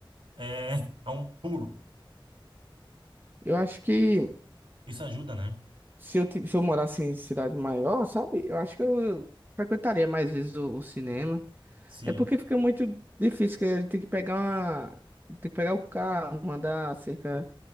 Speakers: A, on the right; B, on the right.
A: é, é um pulo.
B: Eu acho que
A: Isso ajuda, né?
B: se eu, ti- se eu morasse em cidade maior, sabe? Eu acho que eu frequentaria mais vezes o, o cinema.
A: Sim.
B: É porque fica muito difícil, que a gente tem que pegar uma. Tem que pegar o carro, andar cerca